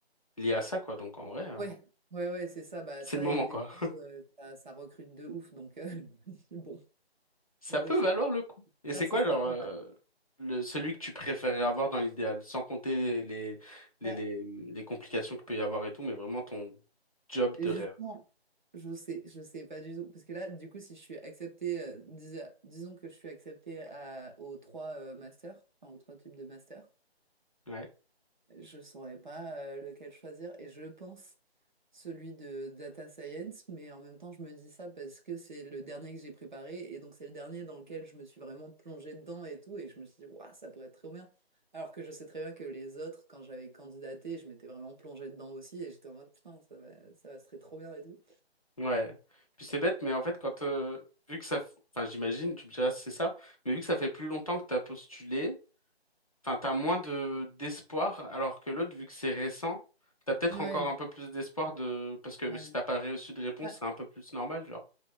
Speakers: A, on the left (about 35°); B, on the right (about 45°).
A: liés à ça, quoi. Donc en vrai, euh,
B: Ouais, ouais, ouais, c'est ça, bah,
A: c'est
B: ça
A: le moment,
B: et des
A: quoi. <laughs>
B: euh, ça, ça recrute de ouf, donc euh, <laughs> je me dis, bon,
A: Ça
B: niveau
A: peut
B: sécuritaire,
A: valoir le coup. Et c'est
B: ce
A: quoi,
B: sera
A: genre,
B: pas
A: euh,
B: mal.
A: le, celui que tu préférerais avoir dans l'idéal, sans compter les, les,
B: Ouais.
A: les, les complications qu'il peut y avoir et tout, mais vraiment ton job
B: Et
A: de
B: justement,
A: rêve.
B: je sais, je sais pas du tout. Parce que là, du coup, si je suis acceptée, euh, dis- disons que je suis acceptée à- aux trois euh, masters, enfin aux trois types de masters,
A: Ouais.
B: je saurais pas euh, lequel choisir. Et je pense celui de data science, mais en même temps, je me dis ça parce que c'est le dernier que j'ai préparé. Et donc, c'est le dernier dans lequel je me suis vraiment plongée dedans et tout. Et je me suis dit, waouh, ça pourrait être trop bien. Alors que je sais très bien que les autres, quand j'avais candidaté, je m'étais vraiment plongée dedans aussi. Et j'étais en mode, putain, ça va, ça va, ce serait trop bien et tout.
A: Ouais. Puis c'est bête, mais en fait, quand, euh, vu que ça, f- enfin, j'imagine, tu me diras si c'est ça, mais vu que ça fait plus longtemps que t'as postulé, Enfin, t'as moins de d'espoir, alors que l'autre, vu que c'est récent, t'as peut-être
B: Ouais,
A: encore un peu plus d'espoir de... Parce que
B: ouais.
A: si t'as pas reçu de réponse,
B: Ouais.
A: c'est un peu plus normal, genre.